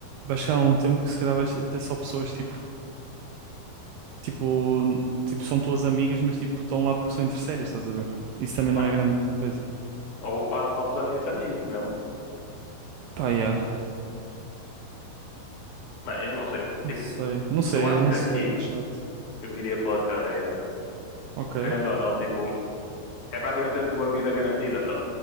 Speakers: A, on the right; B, on the left.
A: Vai chegar um tempo que se calhar vais ter só pessoas, tipo... tipo, tipo, são tuas amigas, mas tipo, estão lá porque são interesseiras, estás a ver? Isso também
B: Mano,
A: não é grande coisa.
B: ou fazes novos amigos, amigos mesmo.
A: Pá, yeah.
B: Mano, eu não sei.
A: Não
B: Tipo,
A: sei, não sei,
B: eu acho
A: não
B: que
A: sei,
B: aqui
A: é chato.
B: eu iria pela carreira.
A: Ok,
B: Porque querendo ou não, tipo, é praticamente a tua vida garantida, tá